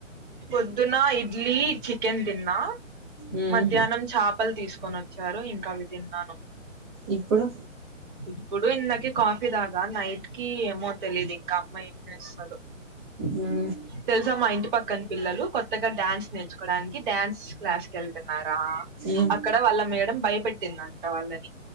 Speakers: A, on the right; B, on the right.
A: పొద్దునా ఇడ్లీ చికెన్ తిన్నా
B: మ్మ్
A: మధ్యాహ్నం చపలు తీసుకొని వచ్చారు ఇంకా అవి తిన్నాను
B: ఇప్పుడు
A: ఇప్పుడు ఇందకే కాఫీ తకా నైట్ కి ఏమో తెలిదు ఇం క అమ్మ ఇస్తదో
B: మ్మ్
A: తెలుసా మా ఇంటి పక్కన పిల్లలు కొత్తగా డాన్స్ నేర్చుకోడానికి డ్యాన్స్ క్లాస్కి వెళ్తున్నారు
B: మ్మ్
A: అక్కడ వాళ్ళ మేడం భయపెట్టిందంట వాళ్ళని